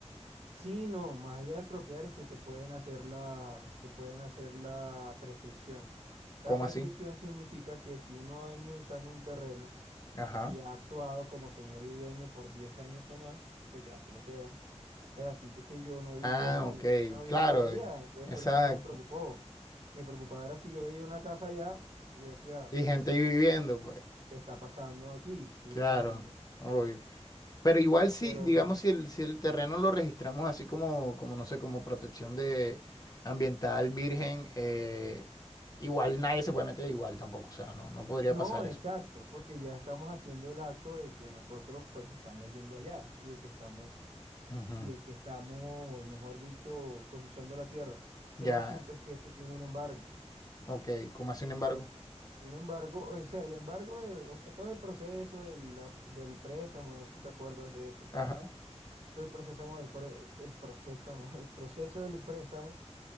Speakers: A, on the right (about 65°); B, on the left (about 30°).
A: Sí, no, más allá de expropiar es que te pueden hacer la, te pueden hacer la prescripción. La
B: ¿Cómo
A: prescripción
B: así?
A: significa que si uno ha venido usando un terreno
B: Ajá.
A: y ha actuado como señor y dueño por 10 años o más, pues ya se lo quedan. El asunto es que yo no he visto
B: Ah,
A: a nadie,
B: ok,
A: no había
B: claro,
A: nadie allá,
B: eh,
A: entonces
B: exacto.
A: por eso no me preocupó. Me preocupaba era si yo veía una casa allá, y yo decía,
B: Y gente
A: hey,
B: ahí viviendo, pues,
A: ¿qué está pasando aquí? Sí,
B: claro,
A: me hago entender,
B: obvio. Pero igual si,
A: pero
B: digamos,
A: no.
B: si el, si el terreno lo registramos así como, como, no sé, como protección de ambiental virgen, eh, igual nadie se puede meter igual tampoco, o sea, no, no podría
A: No,
B: pasar
A: exacto,
B: eso.
A: porque ya estamos haciendo el acto de que nosotros pues estamos yendo allá y de que estamos,
B: Ujú.
A: y de que estamos, mejor dicho, pues usando la tierra.
B: Ya,
A: El asunto es que eso tiene un embargo.
B: ok, ¿cómo así, sin embargo?
A: Un embargo, o sea, el embargo, de- o sea, todo el proceso del la- del préstamo, no sé si te acuerdas de eso.
B: Ajá,
A: Todo el proceso del pre- el procesamo- <laughs> el proceso del préstamo